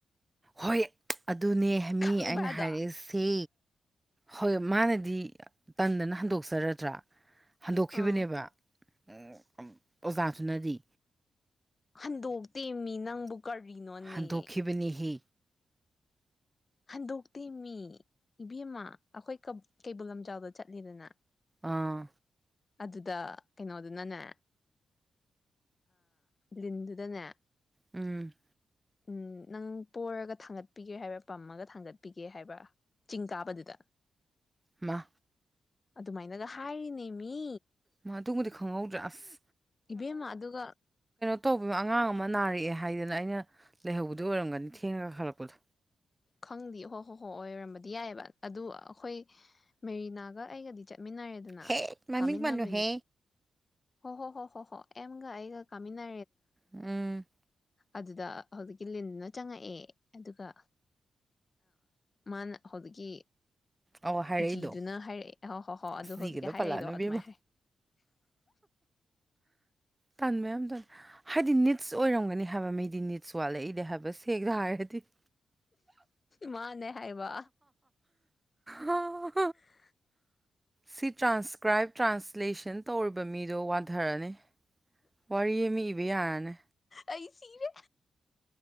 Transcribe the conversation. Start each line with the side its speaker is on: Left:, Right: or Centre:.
Right: ꯍꯣꯏ ꯑꯗꯨꯅꯦ ꯍꯥꯃꯤ
Left: ꯈꯪꯕ꯭ꯔꯥꯗꯣ
Right: ꯑꯩꯅ ꯍꯥꯏꯔꯛꯏꯁꯤ ꯍꯣꯏ ꯃꯥꯅꯗꯤ ꯇꯟꯗꯅ ꯍꯟꯗꯣꯛꯆꯔꯗ꯭ꯔꯥ ꯍꯟꯗꯣꯛꯈꯤꯕꯅꯦꯕ
Left: ꯑꯥ
Right: ꯑꯣꯖꯥꯊꯅꯗꯤ
Left: ꯍꯟꯗꯣꯛꯇꯦꯝꯃꯤ ꯅꯪꯕꯨ ꯀꯅꯣꯅꯦ
Right: ꯍꯟꯗꯣꯛꯈꯤꯕꯅꯤꯍꯦ
Left: ꯍꯟꯗꯣꯛꯇꯦ ꯃꯤ ꯏꯕꯦꯝꯃ ꯑꯩꯈꯣꯏ ꯀꯩꯕꯨꯜ ꯂꯝꯖꯥꯎꯗ ꯆꯠꯂꯤꯗꯅ
Right: ꯑꯥ
Left: ꯑꯗꯨꯗ ꯀꯩꯅꯣꯗꯨꯅꯅꯦ ꯂꯤꯟꯗꯨꯗꯅꯦ
Right: ꯎꯝ
Left: ꯎꯝ ꯅꯪ ꯄꯣꯔꯒ ꯊꯥꯡꯒꯠꯄꯤꯒꯦ ꯍꯥꯏꯕ꯭ꯔꯥ ꯄꯝꯃꯒ ꯊꯥꯡꯒꯠꯄꯤꯒꯦ ꯍꯥꯏꯕꯥ ꯆꯤꯡ ꯀꯥꯕꯗꯨꯗ
Right: inaudible
Left: ꯑꯗꯨꯃꯥꯏꯅꯒ ꯍꯥꯏꯔꯤꯅꯦꯃꯤ
Right: ꯃꯥ ꯑꯗꯨꯕꯨꯗꯤ ꯈꯪꯍꯧꯗ꯭ꯔꯦ ꯑꯁ
Left: ꯏꯕꯦꯝꯃ ꯑꯗꯨꯒ
Right: ꯇꯧꯕꯤꯃ ꯑꯉꯥꯡ ꯑꯃ ꯅꯥꯔꯛꯑꯦ ꯍꯥꯏꯗꯅ ꯑꯩꯅ ꯂꯩꯍꯧꯕꯗꯤ ꯑꯣꯏꯔꯝꯒꯅꯤ ꯊꯦꯡꯉꯒ ꯈꯜꯂꯛꯄꯗꯣ
Left: ꯈꯪꯗꯤꯦ ꯍꯣ ꯍꯣ ꯍꯣꯏ ꯑꯣꯏꯔꯝꯕꯗꯤ ꯌꯥꯏꯑꯕ ꯑꯗꯨ ꯑꯩꯈꯣꯏ ꯃꯦꯔꯤꯅꯥꯒ ꯑꯩꯒꯗꯤ ꯆꯠ ꯆꯥꯃꯤꯟꯅꯔꯦꯗꯅ
Right: ꯍꯦ ꯃꯃꯤꯡ
Left: ꯀꯥꯃꯤꯟꯅꯕꯤꯅꯤ
Right: ꯄꯟꯅꯨꯍꯦ
Left: ꯍꯣ ꯍꯣ ꯍꯣ ꯍꯣ ꯍꯣ ꯑꯦꯝꯒ ꯑꯩꯒ ꯀꯃꯤꯤꯟꯥ
Right: ꯎꯝ
Left: ꯑꯗꯨꯗ ꯍꯧꯖꯤꯛꯀꯤ ꯂꯤꯟꯗꯨꯅ ꯆꯪꯉꯛꯑꯦ ꯑꯗꯨꯒ ꯃꯥꯅ ꯍꯧꯖꯤꯛꯀꯤ
Right: ꯑꯧ ꯍꯥꯏꯔꯛꯏꯗꯣ
Left: ꯖꯤꯗꯨꯅ ꯍꯥꯏꯔꯛꯑꯦ ꯍꯣ ꯍꯣꯏ ꯍꯣꯏ ꯑꯗꯨꯣ
Right: ꯑꯁ
Left: ꯍꯧꯖꯤꯛꯀꯤ
Right: ꯖꯤꯒꯗꯣ
Left: ꯍꯥꯏꯔꯛꯏꯗꯣ
Right: ꯄꯜꯂꯛꯑꯅꯨ
Left: ꯑꯗꯨꯃꯥꯏꯅ
Right: ꯏꯕꯦꯝꯃ
Left: ꯍꯥꯏ
Right: ꯇꯟ ꯃꯌꯥꯝ ꯇ ꯍꯥꯏꯗꯤ ꯅꯤꯠꯁ ꯑꯣꯏꯔꯝꯒꯅꯤ ꯍꯥꯏꯕ ꯃꯤꯩꯗꯤ ꯅꯤꯠꯁ ꯋꯥꯠꯂꯛꯏꯅꯦ ꯍꯥꯏꯕ ꯁꯦꯡꯅ ꯍꯥꯏꯔꯗꯤ
Left: ꯃꯥꯅꯦ ꯍꯥꯏꯕ
Right: ꯍ
Left: <unintelligible>
Right: <unintelligible> ꯁꯤ ꯇ꯭ꯔꯥꯟꯁꯀ꯭ꯔꯥꯏꯞ ꯇ꯭ꯔꯥꯟꯁꯂꯦꯁꯟ ꯇꯧꯔꯤꯕ ꯃꯤꯗꯣ ꯋꯥꯟꯊꯔꯅꯤ ꯋꯥꯔꯤꯌꯦꯃꯤ ꯏꯕ ꯌꯥꯅ
Left: ꯑꯩ ꯁꯤꯔꯦ